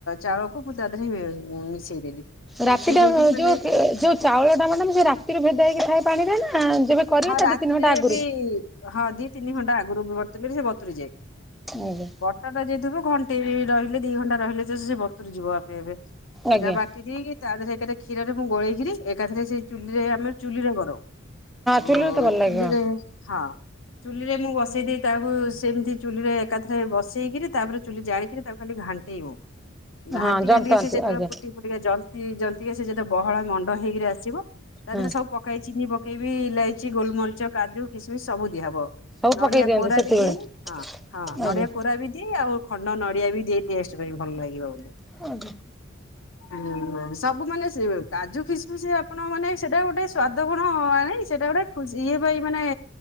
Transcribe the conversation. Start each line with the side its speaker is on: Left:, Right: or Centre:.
Left: ଚାଉଳକୁ ମୁଁ ତା ଦେହରେ ମିଶେଇ ଦେଲି।
Centre: ରାତିଟା
Left: ମିଶେଇ ଦେଇକିରି ମାନେ
Centre: ଯୋଉ ଯୋଉ ଚାଉଳଟା ମେଡ଼ମ୍ ସେ ରାତିରୁ ଭେଦା ହେଇକି ଥାଏ ପାଣିରେ ନା ଯେବେ କରିବେ
Left: ହଁ
Centre: ତା
Left: ରାତିରେ
Centre: ଦି ତିନି ଘଣ୍ଟା ଆଗରୁ
Left: ବି ହଁ ଦି ତିନି ଘଣ୍ଟା ଆଗରୁ ବତୁରିଲେ ବି ସେ ବତୁୁରି ଯାଏ।
Centre: ଆଜ୍ଞା
Left: ଟା ଯାଇଥିବ ଘଣ୍ଟେ ରହିଲେ ଦି ଘଣ୍ଟା ରହିଲେ ତ ସେ ବତୁରି ଯିବ ଆପେ ଆପେ। ସେଇଟା
Centre: ଆଜ୍ଞା
Left: ବାକି ସିଝେଇ କି ତା ଦେହରେ ଏକାରେ କ୍ଷୀରରେ ମୁଁ ଗୋଲେଇ କରି ଏକାଥରେ ସେଇ ଚୁଲିରେ, ଆମେ ଚୁଲିରେ କରୁ। ହଁ
Centre: ଚୁଲିରେ ତ ଭଲ ଲାଗିବ
Left: ଚୁଲିରେ ହଁ। ଚୁଲିରେ ମୁଁ ବସେଇ ଦେଇ ତାକୁ ସେମିତି ଚୁଲିରେ ଏକାଥରେ ବସେଇ କିରି ତାପରେ ଚୁଲି ଜାଳି କରି ତାକୁ ଖାଲି ଘାଣ୍ଟ ଣ୍ଟିବୁ, ଘାଣ୍ଟିି
Centre: ହଁ ଜନ୍ତନ୍ତି
Left: ଘାଣ୍ଟିିକା ସେ ଯେତେବେଳେ
Centre: ଆଜ୍ଞା
Left: ଫୁଟି ଟିକେ ଜନ୍ତି ଜନ୍ତିିକ ସେ ଯେତେ ବହଳ ମଣ୍ଡ ହେଇକି ଆସିବ। ତା
Centre: ହଁ
Left: ଦେହ ସବୁ ପକେଇ ଚିନି ପକେଇ ବି ଇଲାଇଚି, ଗୋଲ ମରିଚ, କାଜୁ, କିସମିସ ସବୁ ଦିଆ ହେବ।
Centre: ସବୁ
Left: ନଡିଆ
Centre: ପକେଇ ଦିଅନ୍ତି
Left: କୋରା
Centre: ସେତିକିବେଳେ
Left: ବି ଦିଏ, ହଁ ହଁ
Centre: ଆଜ୍ଞା
Left: ନଡିଆ କୋରା ବି ଦିଏ ଆପଣ ଖଣ୍ଡ ନଡିଆ ବି ଦେଇ ଦିଏ ଟେଷ୍ଟ ଲାଗି ଭଲ ଲାଗିବ ବୋଲି।
Centre: ଉହୁଁ
Left: ହୁଁ ସବୁ ମାନେ ସେ କାଜୁ, କିସମିସି ଆପଣ ମାନେ ସେଟା ଗୋଟେ ସ୍ଵାଦ ଗୁଣ। ନାଇ ସେଇଟା ଗୋଟେ ଖୁସି, ଇଏ ଭାଇ ମାନେ